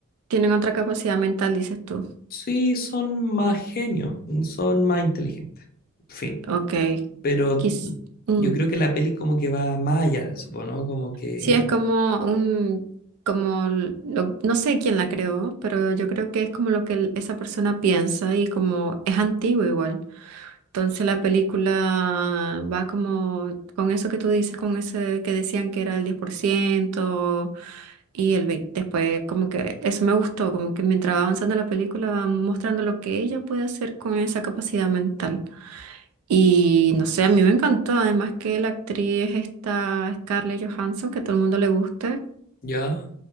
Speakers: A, on the right (about 75°); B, on the left (about 40°).
A: Tienen otra capacidad mental, dices tú.
B: Sí, son más genios, mm, son más inteligentes, fin.
A: Ok.
B: Pero
A: Quis, mm.
B: yo creo que la peli como que va más allá de eso, po, ¿no? Como que,
A: Sí, es como un, como, l- lo- no sé quién la creó, pero yo creo que es como lo que el- esa persona piensa y como es antiguo igual. Entonces la película va como con eso que tú dices, con ese que decían que era el 10% y el 20%. Después como que eso me gustó, como que mientras va avanzando la película va mostrando lo que ella puede hacer con esa capacidad mental. Y no sé, a mí me encantó, además que la actriz esta Scarlett Johansson, que a todo el mundo le gusta,
B: ya,